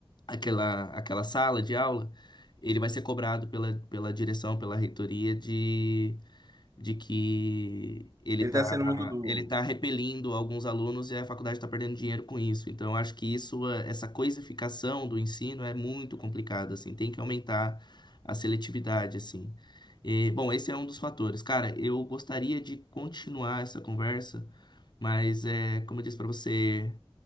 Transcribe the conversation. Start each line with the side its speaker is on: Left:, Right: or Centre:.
Left: aquela, aquela sala de aula, ele vai ser cobrado pela, pela direção, pela reitoria de, de que ele
Right: Ele
Left: está
Right: tá sendo muito duro.
Left: ele tá repelindo alguns alunos e a faculdade está perdendo dinheiro com isso. Então, eu acho que isso, eh, essa coisificação do ensino é muito complicada, assim, tem que aumentar a seletividade, assim. E, bom, esse é um dos fatores. Cara, eu gostaria de continuar essa conversa, mas é, como eu disse para você